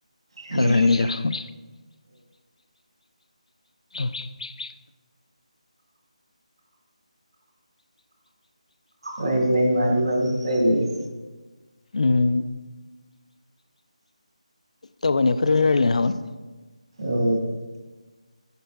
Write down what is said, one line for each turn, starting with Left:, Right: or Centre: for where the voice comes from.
Right: औ
Left: हाग्रानि दाउ <unintelligible>
Right: रायज्लाय मानि मानि रायलायो।
Left: ओम। दावबायनायफोर रायलायनो हागोन।
Right: औ